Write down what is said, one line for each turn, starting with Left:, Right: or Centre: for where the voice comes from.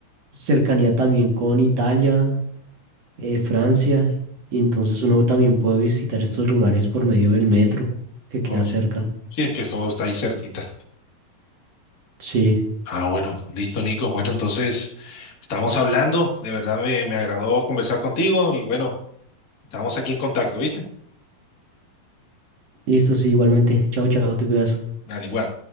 Right: cercanía también con Italia eh, Francia, y entonces uno también puede visitar estos lugares por medio del metro que
Left: no,
Right: queda cerca.
Left: sí, es que todo está ahí cerquita.
Right: Sí,
Left: Ah, bueno, listo, Nico. Bueno, entonces estamos hablando. De verdad me, me agradó conversar contigo y bueno, estamos aquí en contacto, ¿viste?
Right: listo, sí, igualmente. Chao, chao, te cuidas.
Left: Al igual.